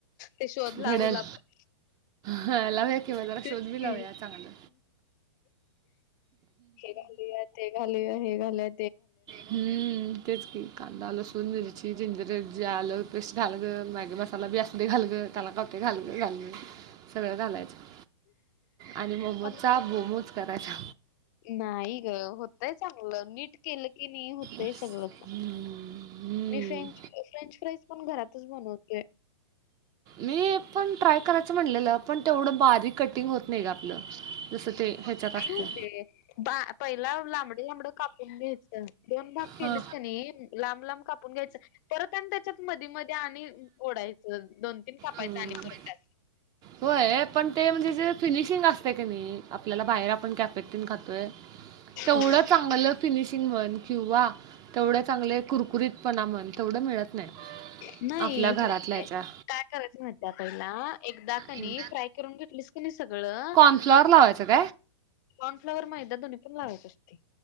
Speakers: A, on the left; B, on the right.
A: ते शोध
B: घडल
A: लावला पण
B: ह लावूया किंवा जरा
A: तेच
B: शोध
A: की.
B: लावूया चांगला
A: हे घालिया ते घालिया हे घालया
B: हम्म तेच खांदा लसुन मिर्ची जिंजर जल पेस्ट घाल ग मागे मसाला बी असते घाल ग त्याला कते घाल ग घाल ग सगळं घालायचं आणि ममचा
A: अब-
B: बोमोज करायचा
A: नाही ग होतय चांगलं नीट केलं की नाही होत
B: हम्म,
A: सगळ
B: हम्म.
A: मी फ्रेंच फ्रेंच फ्राईज पण घरात त म्हणवते.
B: मी पण ट्राय करायचं म्हणलेलं पण तेवढं बारीक कटिंग होत नाही ग आपलं जसं ते. ह्याच्यात असतं
A: येऊ दे. बा पहिला लांबड लांबड कापून घ्यायच दोन भाग केलेस
B: हा
A: का नाही. लांब लांब कापून घ्यायचं परत आणि त्याच्यात मधी मध्ये आणि ओढायचं दोन. खापायचा
B: हम्म.
A: आणि परत त्यात.
B: होय पण ते म्हणजे जे फिनिशिंग असतय क नाही आपल्याला बाहेर आपण कॅफेन खातोय. तेवढं
A: हा.
B: चांगलं फिनिशिंग म्हण किंवा तेवढ चांगले. कुरकुरीत पणा म्हण तेवढं मिळत नाही
A: नाही
B: आपल्या
A: होतय.
B: घरात लहायच्या.
A: काय करायचं म्हत आपैला एकदा कनी
B: हम्म.
A: फ्राय करून घेतलीस क नाही सगळं.
B: फ्लोरलावाचत.
A: कॉर्नफ्लवर मैदा धो्नी पण लावत असते.